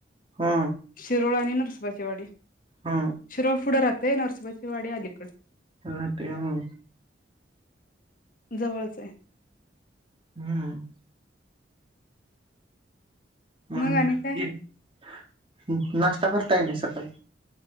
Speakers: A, on the right; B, on the left.
A: हा
B: शीरोळ आनी साजेवाडी <unintelligible>
A: हा
B: शिरोळ पुढे राहत ते नरसोबाचीवाडी आलीकड
A: हटे ह
B: जवळच आहे.
A: हम्म मन
B: मग आणि
A: का
B: काय
A: <unintelligible> नाश्ता करताय ना सकाळी